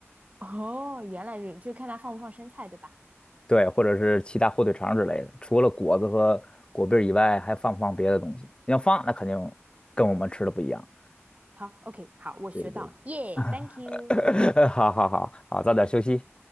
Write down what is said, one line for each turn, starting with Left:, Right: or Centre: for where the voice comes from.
Right: 哦，原来是，就看它放不放生菜，对吧？
Left: 对，或者是其他火腿肠儿之类的。除了果子和果篦儿以外，还放不放别的东西？你要放，那肯定跟我们吃的不一样。
Right: 好，OK，好，我学到，
Left: 对对，
Right: 耶、t h a n k you。
Left: <laughs> 好好好好，早点休息。